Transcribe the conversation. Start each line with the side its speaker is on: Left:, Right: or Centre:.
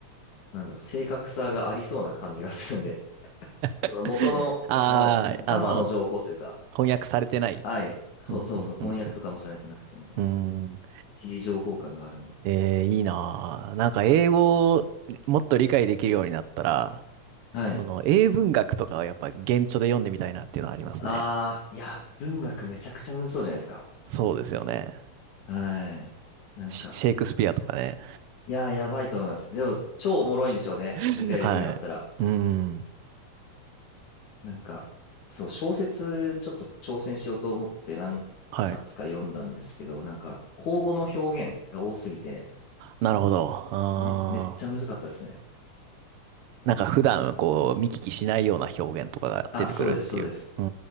Left: なんだろう、正確さがありそうな感じがするんで、<laughs> その元の、
Right: <laughs>
Left: その、
Right: あー、
Left: な生の情報というか、
Right: あの、翻訳されてない。
Left: はい。そうそうそう、
Right: うん、うん、
Left: 翻訳とかもされてなくてみたいな。
Right: うん、うん。うーん。
Left: 一時情報感があるんで。
Right: えー、いいなー。なんか英語をもっと理解できるようになったら、
Left: はい。
Right: その英文学とかはやっぱ原著で読んでみたいなっていうのはありますね。
Left: ああ、いや、文学めちゃくちゃむずそうじゃないですか。
Right: そうですよね。
Left: はい。なんか、
Right: シシェイクスピアとかね。
Left: いやー、やばいと思います。でも、超おもろいんでしょうね。
Right: <laughs>
Left: 理解できるようになったら。
Right: はい。うん。
Left: なんか、そう、小説、ちょっと挑戦しようと思って何冊か読んだんですけど、
Right: はい。
Left: なんか、口語の表現が多すぎて、
Right: なるほど。あー
Left: めめっちゃ難かったですね。
Right: なんか普段こう見聞きしないような表現とかが出てくるっていう。
Left: あ、そうです、そうです。
Right: うー